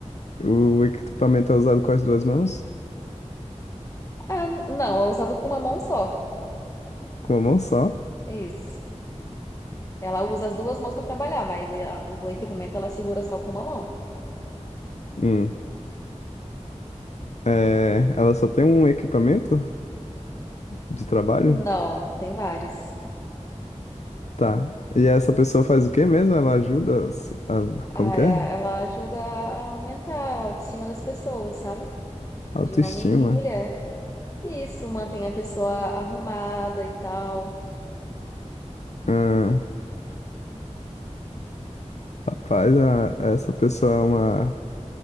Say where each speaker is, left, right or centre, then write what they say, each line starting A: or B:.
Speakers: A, on the left; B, on the left.
A: O equipamento é usado com as duas mãos?
B: Ah, n- não, é usado com uma mão só.
A: Com uma mão só?
B: Isso. Ela usa as duas mãos para trabalhar, mas é a- o equipamento ela segura só com uma mão.
A: Hum. Eh, ela só tem um equipamento de trabalho?
B: Não, tem vários.
A: Tá. E essa pessoa faz o quê mesmo? Ela ajuda as- a, como
B: Ah,
A: que
B: é-
A: é?
B: Ela ajuda a aumentar a autoestima das pessoas, sabe?
A: Autoestima.
B: De homem e mulher. Isso mantém a pessoa arrumada e tal.
A: Ah, rapaz, a- essa pessoa é uma...